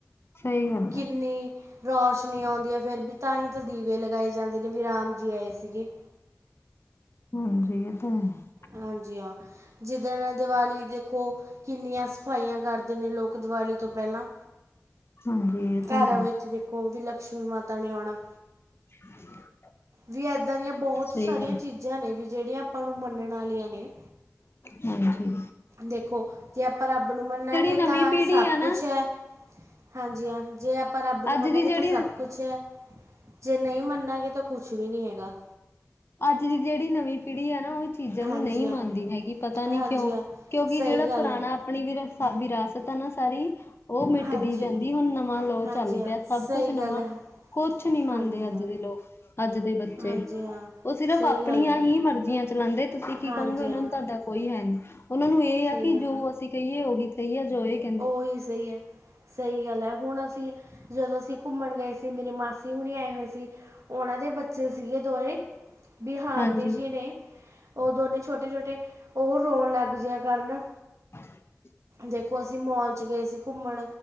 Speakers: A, on the left (about 50°); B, on the right (about 65°).
A: ਸਹੀ ਗੱਲ
B: ਕਿੰਨੀ
A: ਹੈ
B: ਰੌਸ਼ਨੀ ਆਉਂਦੀ ਹੈ ਫਿਰ ਵੀ ਤਾਂ ਹੀ ਤਾਂ ਦੀਵੇ ਲਗਾਏ ਜਾਂਦੇ ਨੇ ਵੀ ਰਾਮ ਜੀ ਆਏ ਸੀਗੇ।
A: ਹਾਂਜੀ ਇਹ ਤਾਂ ਹੈ।
B: ਹਾਂਜੀ ਹਾਂ, ਜਿੱਦਣ ਦੀਵਾਲੀ ਦੇਖੋ ਕਿੰਨੀਆਂ ਸਫਾਈਆਂ ਕਰਦੇ ਨੇ ਲੋਕ ਦੀਵਾਲੀ ਤੋਂ ਪਹਿਲਾਂ।
A: ਹਾਂਜੀ ਇਹ ਤਾਂ
B: ਘਾਰਾਂ
A: ਹੈ
B: ਵਿੱਚ ਦੇਖੋ ਵੀ ਲਕਸ਼ਮੀ ਮਾਤਾ ਨੇ ਆਣਾ।
A: <inaudible>
B: ਵੀ ਇੱਦਾਂ ਦੀਆਂ ਬਹੁਤ
A: ਸਹੀ
B: ਸਾਰੀਆਂ
A: ਗੱਲ
B: ਚੀਜ਼ਾਂ ਨੇ ਵੀ ਜਿਹੜੀਆਂ, ਆਪਾਂ ਨੂੰ ਮੰਨਣ ਵਾਲੀਆਂ ਨੇ
A: ਹੂੰ ਹੂੰ
B: ਦੇਖੋ, ਜੇ ਆਪਾਂ ਰੱਬ ਨੂੰ ਮੰਨਾਂਗੇ
A: ਨਵੀਂ
B: ਤਾਂ
A: ਪੀੜ੍ਹੀ
B: ਸਭ
A: ਆ ਨਾ
B: ਕੁਛ ਐ। ਹਾਂਜੀ ਹਾਂ ਜੇ ਆਪਾਂ ਰੱਬ ਨੂੰ
A: ਅੱਜ
B: ਮੰਨਗੇ
A: ਦੀ ਜਿਹੜੀ
B: ਤਾਂ ਸਭ ਕੁਛ ਛੈ, ਜੇ ਨਹੀਂ ਮੰਨਾਂਗੇ ਤਾਂ ਕੁਛ ਵੀ ਨੀ ਹੈਗਾ।
A: ਅੱਜ ਦੀ ਜਿਹੜੀ ਨਵੀਂ ਪੀੜ੍ਹੀ ਐ ਨਾ ਉਹ ਚੀਜ਼ਾਂ
B: ਹਾਂਜੀ
A: ਨੂੰ ਨਈ ਮੰਨਦੀ
B: ਹਾਂ
A: ਹੈਗੀ ਪਤਾ ਨੀ
B: ਹਾਂਜੀ
A: ਕਿਉਂ,
B: ਹਾਂ
A: ਕਿਉਂਕਿ
B: ਸਹੀ
A: ਜਿਹੜਾ
B: ਗੱਲ
A: ਪੁਰਾਣਾ
B: ਹੈ
A: ਆਪਣੀ ਵਿਰਾਸ-ਵਿਰਾਸਤ ਆ ਨਾ ਸਾਰੀ ਉਹ ਮਿਟਦੀ
B: ਹਾਂਜੀ
A: ਜਾਂਦੀ, ਹੁਣ ਨਵਾਂ ਲੋ
B: ਹਾਂਜੀ
A: ਚੱਲ
B: ਹਾਂ
A: ਪਿਆ,
B: ਸਹੀ
A: ਸਭ ਕੁਛ
B: ਗੱਲ
A: ਨਵਾਂ
B: ਹੈ
A: ਕੁਛ ਨੀ ਮੰਨਦੇ
B: ਹਾਂਜੀ
A: ਅੱਜ
B: ਹਾਂ
A: ਦੇ ਲੋਕ, ਅੱਜ ਦੇ ਬੱਚੇ।
B: ਹਾਂਜੀ ਹਾਂ
A: ਉਹ ਸਿਰਫ਼
B: ਸਹੀ
A: ਆਪਣੀਆਂ
B: ਗੱਲ ਹੈ
A: ਹੀ ਮਰਜ਼ੀਆਂ ਚਲਾਦੇ, ਤੁਸੀਂ ਕੀ
B: ਹਾਂਜੀ
A: ਕਹੋਗੇ ਉਹਨਾਂ
B: ਹਾਂ
A: ਨੂੰ ਤੁਹਾਡਾ ਕੋਈ ਹੈ ਨੀ। ਉਹਨਾਂ ਨੂੰ ਇਹ ਆ
B: ਸਹੀ
A: ਕਿ
B: ਗੱਲ
A: ਜੋ ਅਸੀਂ ਕਹੀਏ ਉਹੀ ਸਹੀਏ, ਜੋ ਇਹ ਕ
B: ਉਹੀ ਸਹੀ ਐ, ਸਹੀ ਗੱਲ ਹੈ ਹੁਣ ਅਸੀਂ, ਜਦੋਂ ਅਸੀਂ ਘੁੰਮਣ ਗਏ ਸੀ ਮੇਰੀ ਮਾਸੀ ਹੁਣੇ ਆਏ ਹੋਏ ਸੀ, ਉਹਨਾਂ ਦੇ ਬੱਚੇ ਸੀਗੇ ਦੋਵੇਂ ਬੀਹਾਨ
A: ਹਾਂਜੀ,
B: ਦੇ ਜੇ ਨੇ, ਉਹ ਦੋਨੇ ਛੋਟੇ- ਛੋਟੇ ਉਹ ਰੋਣ ਲੱਗ ਜੇ ਕਰਨ
A: <inaudible>
B: ਦੇਖੋ, ਅਸੀਂ ਮੋਲ 'ਚ ਗਏ ਅ ਸੀ ਘੁੰਮਣ